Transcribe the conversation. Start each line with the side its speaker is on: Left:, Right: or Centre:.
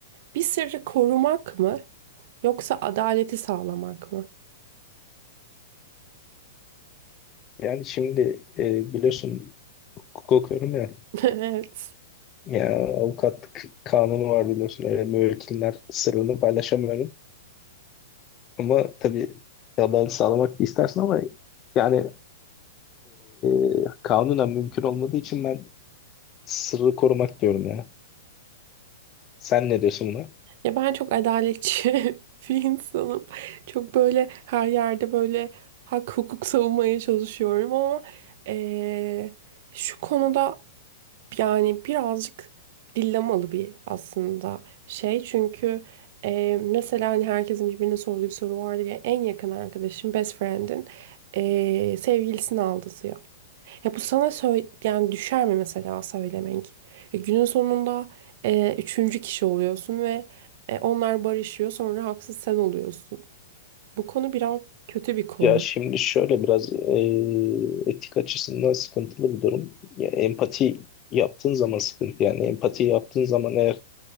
Right: Bir sırrı korumak mı yoksa adaleti sağlamak mı?
Left: Yani şimdi e, biliyorsun hukuk okuyorum ya.
Right: <laughs> Evet.
Left: Ya avukatlık kanunu var biliyorsun. Öyle müvekkiller sırrını paylaşamıyorum. Ama tabii adalet sağlamak da istersin ama yani e, kanunen mümkün olmadığı için ben sırrı korumak diyorum ya. Sen ne diyorsun
Right: Ya ben çok adaletçi <laughs> bir insanım. Çok böyle her yerde böyle hak hukuk savunmaya çalışıyorum ama eee, şu konuda Yani birazcık dillemalı bir aslında şey çünkü e, mesela hani herkesin birbirine sorduğu bir soru vardır ya en yakın arkadaşın best friend'in e, sevgilisini aldatıyor. Ya bu sana söyle yani düşer mi mesela söylemek? E, günün sonunda e, üçüncü kişi oluyorsun ve e, onlar barışıyor sonra haksız sen oluyorsun. Bu konu biraz kötü bir konu.
Left: Ya şimdi şöyle biraz e, etik açısından sıkıntılı bir durum. Ya empati yaptığın zaman sıkıntı yani empati yaptığın zaman eğer